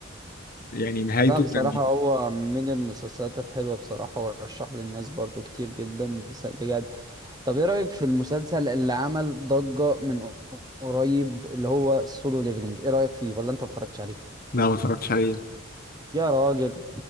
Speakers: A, on the left (about 45°); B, on the right (about 20°).
A: يعني نهايته
B: لا بصراحة
A: كان
B: هو من المسلسلات الحلوة بصراحة ورشحه للناس برضو كتير جدا بس- بجد طب ايه رأيك في المسلسل اللي عمل ضجة من قريب اللي هو السولو ليفلينج ايه رأيك فيه ولا انت ما اتفرجتش عليه
A: لا ما اتفرجتش عليه
B: يا راجل